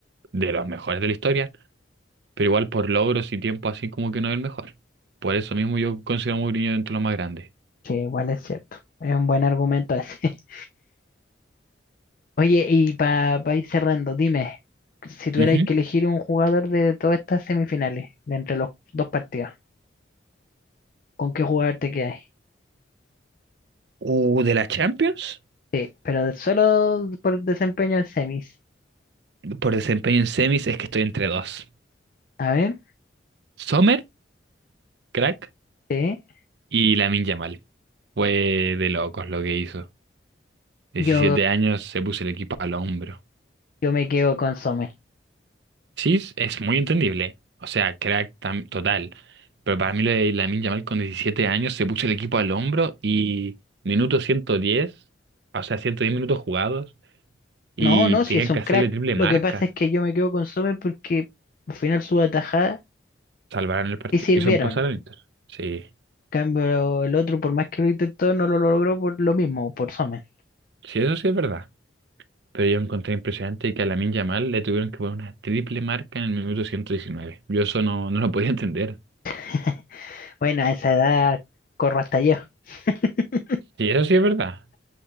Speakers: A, on the right; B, on the left.
A: de los mejores de la historia, pero igual por logros y tiempo así como que no es el mejor. Por eso mismo yo considero a Mourinho dentro de los más grandes.
B: Sí, igual es cierto. Es un buen argumento ese. <laughs> Oye, y para ir cerrando, dime, si tuvierais
A: Ujú.
B: que elegir un jugador de todas estas semifinales, de entre los dos partidos, ¿con qué jugador te quedáis?
A: Uh, de la Champions,
B: Sí, pero de- solo por desempeño en semis.
A: por desempeño en semis es que estoy entre dos.
B: A ver,
A: Sommer, crack,
B: sí.
A: y Lamine Yamal. Fue de locos lo que hizo. diecisiete
B: Yo,
A: años se puso el equipo al hombro.
B: yo me quedo con Sommer.
A: Sí, es es muy entendible. O sea, crack tam- total. Pero para mí lo de Lamine Yamal con 17 años se puso el equipo al hombro y minuto ciento diez o sea, 110 minutos jugados y
B: No, no,
A: tenían
B: si es un
A: que
B: crack.
A: hacerle triple
B: Lo
A: marca.
B: que pasa es que yo me quedo con Sommer porque al final sus atajadas
A: Salvaron el partido.
B: sí sirvieron.
A: Hizo pasar al Inter. Sí,
B: Cambio el otro, por más que lo intentó, no lo logró por lo mismo, por Somen.
A: sí, eso sí es verdad. Pero yo encontré impresionante que a Lamine Yamal le tuvieron que poner una triple marca en el minuto ciento diecinueve Yo eso no, no lo podía entender.
B: <laughs> Bueno, a esa edad corro hasta yo. <laughs>
A: Sí, eso sí es verdad.